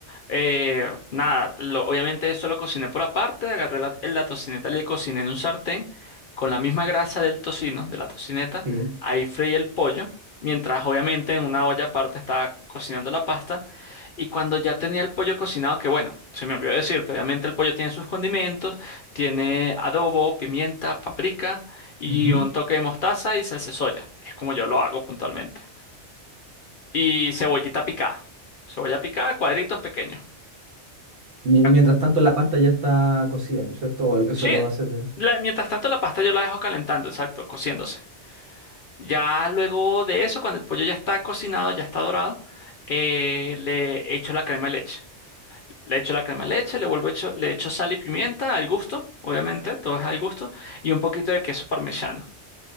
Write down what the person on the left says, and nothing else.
Eh, nada, lo- obviamente esto lo cociné por aparte. Agarré la, la tocineta, le cociné en un sartén con la misma grasa del tocino, de la tocineta.
Ahí freí el pollo, mientras obviamente en una olla aparte estaba cocinando la pasta. Y cuando ya tenía el pollo cocinado, que bueno, se me olvidó decirte, obviamente el pollo tiene sus condimentos, tiene adobo, pimienta, paprika y
un toque de mostaza y salsa de soya. Es como yo lo hago puntualmente. Y cebollita picada. Cebolla picada, cuadritos pequeños.
Ya-
Sí,
la- mientras tanto la pasta yo la dejo calentando, exacto, cociéndose. Ya luego de eso, cuando el pollo ya está cocinado, ya está dorado, eh, le echo la crema de leche. Le echo la crema de leche, le vuelvo echo, le echo sal y pimienta al gusto, obviamente, todo es al gusto, y un poquito de queso parmesano.